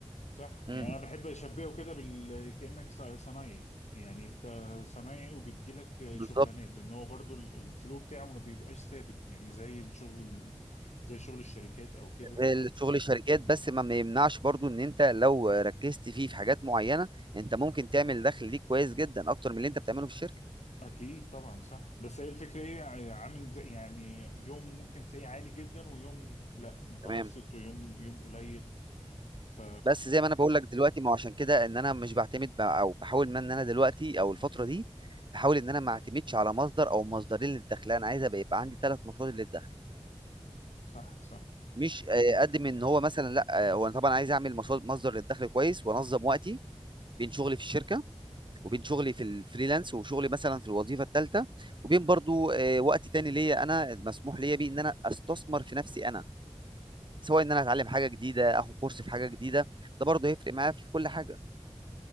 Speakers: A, on the left; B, on the right.
A: صح
B: امم
A: يعني انا بحب اشبهه كده بال... كانك ص- صنايعي يعني انت صنايعي وبتجيلك
B: بالظبط
A: شغلانات لان هو برضو ال- الفلو بتاعه ما بيبقاش ثابت يعني زي الشغل ال- زي شغل الشركات او كده
B: الشغل الشركات بس ما ما يمنعش برضو ان انت لو ركزت فيه في حاجات معينه انت ممكن تعمل دخل ليك كويس جدا اكتر من اللي انت بتعمله في الشركه
A: اكيد طبعا صح بس هي الفكره ايه يعني عامل زي يعني يوم ممكن تلاقيه عالي جدا ويوم لا متوسط
B: تمام
A: ويوم يوم قليل ف
B: بس زي ما انا بقول لك دلوقتي ما هو عشان كده ان انا مش بعتمد ب- او بحاول ما ان انا دلوقتي او الفتره دي بحاول ان انا ما اعتمدش على مصدر او مصدرين للدخل لا، انا عايز ابقى يبقى عندي ثلاث مصادر للدخل
A: صح صح
B: مش آه،
A: صح
B: قد من ان هو مثلا لا آه، هو انا طبعا عايز اعمل مصاد- مصدر للدخل كويس وانظم وقتي بين شغلي في الشركه وبين شغلي في الفريلانس وشغلي مثلا في الوظيفه الثالثه وبين برضو آه، وقت تاني ليا انا مسموح ليا بيه ان انا استثمر في نفسي انا سواء ان انا اتعلم حاجه جديده اخد كورس في حاجه جديده ده برضو هيفرق معايا في كل حاجه